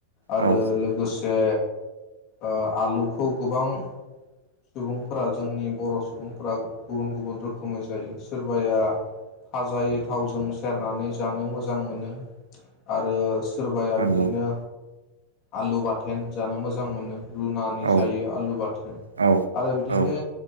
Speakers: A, on the left; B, on the right.
A: आरो
B: औ
A: लोगो से ओ आलुखौ गोबां सुबुंफोरा जोंनि बर' सुबुंफोरा गुबुन गुबुन रोखोमै जायो। सोरबाया फाजायै थावजों सेरनानै जानो मोजां मोनो आरो सोरबाया
B: नंगौ
A: बिदिनो आलु बाथोन जानो मोजां मोनो। रुनानै
B: औ
A: जायो आलु बाथोन।
B: औ
A: आरो बिदिनो
B: औ